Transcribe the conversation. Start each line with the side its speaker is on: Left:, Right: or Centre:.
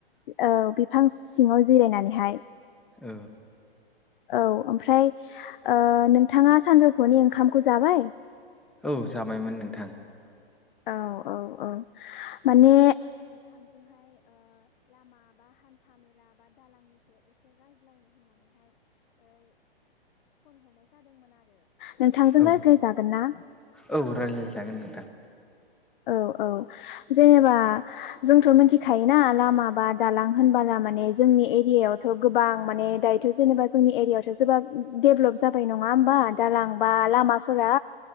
Left: औ बिफां सिङाव जिरायनानैहाय।
Centre: ओ
Left: औ ओमफ्राय ओ नोंथाङा सानजौफुनि ओंखामखौ जाबाय।
Centre: औ जाबायमोन नोंथां
Left: औ औ औ माने नोंथांजों
Centre: औ
Left: रायज्लाय जागोन ना?
Centre: औ रायज्लायजागोन नोंथां
Left: औ औ जेनेबा जोंथ' मिथिखायोना लामा बा दालां होनबोला माने जोंनि एरियायावथ' गोबां माने दायोथ' जेनेबा जोंनि एरिया आवथ' जोबोद डेभेलप जाबाय नङा होमबा दालां बा लामाफोरा।